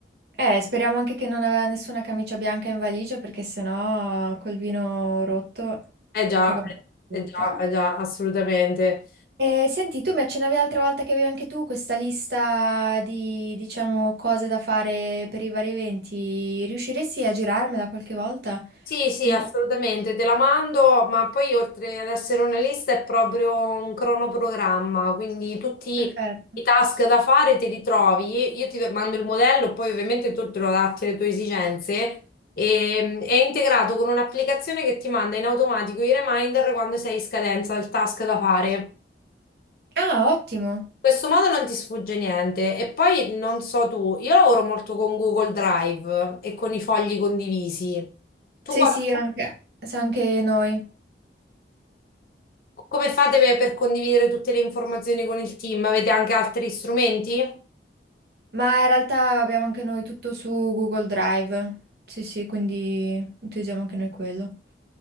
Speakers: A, on the right (about 65°); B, on the left (about 50°).
A: Eh, speriamo anche che non aveva nessuna camicia bianca in valigia perché sennò col vino rotto,
B: Eh già,
A: cioè con la
B: eh
A: rotta.
B: già, eh già, assolutamente.
A: Eh, senti, tu mi accennavi l'altra volta che avevi anche tu questa lista di, diciamo, cose da fare per i vari eventi. Riusciresti a girarmela qualche volta?
B: Sì, sì,
A: Mi
B: assolutamente,
A: pare
B: te la mando, ma poi oltre ad essere una lista è proprio un cronoprogramma, quindi tutti
A: Perfetto.
B: i task da fare te li trovi, io ti mando il modello, poi ovviamente tu te lo adatti alle tue esigenze e è integrato con un'applicazione che ti manda in automatico i reminder quando sei in scadenza il task da fare.
A: Ah, ottimo.
B: In questo modo non ti sfugge niente e poi non so tu, io lavoro molto con Google Drive e con i fogli condivisi. Tu
A: Sì,
B: qua
A: sì, anche, sì, anche noi.
B: Come fate per per condividere tutte le informazioni con il team? Avete anche altri strumenti?
A: Ma in realtà abbiamo anche noi tutto su Google Drive. Sì, sì, quindi utilizziamo anche noi quello.